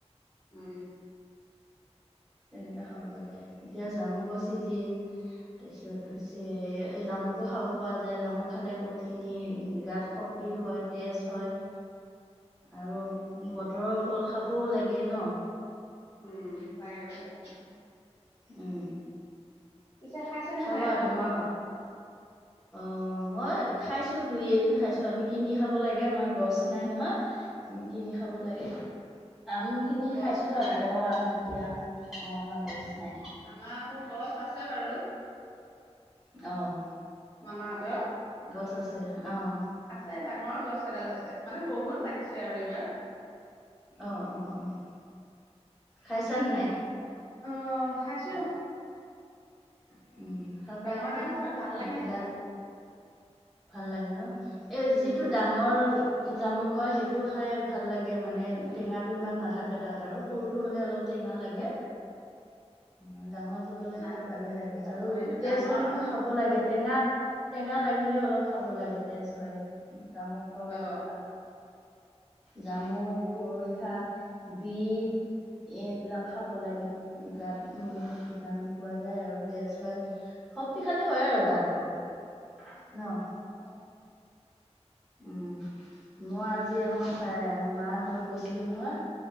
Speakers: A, on the left; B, in the centre.
A: উম
B: তেনেকে খাব পৰা যায়। এতিয়া জামুকৰ ছিজিন তাৰপিছত হৈছে এই জামুকো খাব পৰা যায়। জামুক খালে বহুতখিনি গাত শক তি হয়, তেজ হয়।
A: <inaudible>
B: আৰু বতৰৰ ফল খাবও লাগে ন?
A: উম, লাগে লাগে।
B: উম।
A: পিছে খাইছে নে
B: খাবা
A: নাই জামুক
B: তোমাৰ, অ' মই খাইছোঁ দুই এদিন খাইছো। আমি কিনি খাব লাগে আমাৰ গছ নাই নহয়। কিনি খাব লাগে। আম খিনি
A: গছ
B: খাইছো
A: নাই
B: আও ঘৰৰ আম যেতিয়া। অ' আমাৰ গছ নাই।
A: আমাৰ আকৌ গছ আছে বাৰু।
B: অ'।
A: মামাহঁতৰ।
B: গছ আছে অ'।
A: আছে ডাঙৰ গছ এডাল আছে। মানে বহুত লাগিছে আৰু এইবাৰ।
B: অ', অ', অ'। খাইছানে নাই?
A: অ', খাইছোঁ।
B: <inaudible>
A: ডাঙৰ
B: আকৌ
A: ডাঙৰ হয় ভাল লাগে খাই।
B: গাত ভাল লাগে ন'! এই
A: উম
B: যিটো ডা ঙৰ জামুক হয় সেইটো খাই ভাল লাগে। মানে টেঙাটো ইমান নাথাকে তাত আৰু। সৰুটো হ'লে অলপ টেঙা লাগে।
A: <inaudible>
B: অ' ডাঙৰ হ'লে
A: না
B: খাই ভালে লাগে। আৰু
A: অ এইটো ডাঙৰ
B: তেজ হয় নহয় খাব লাগে। টেঙা টেঙা লাগিলে অলপ খাব লাগে তেজ হয়। এই জামুক খোৱা
A: অ
B: বহুত ভাল। জামুক পূৰৈ শাক, বিট এইবিলাক খাব লাগে। গাত বহুত ভিটামিন পোৱা যায় আৰু। তেজ হয়, শক্তিশালী হয় আৰু গাটো ন'!
A: হয়।
B: উম, মই আজি আমাৰ ভাই মাৰ ঘৰত গৈছিলো নহয়।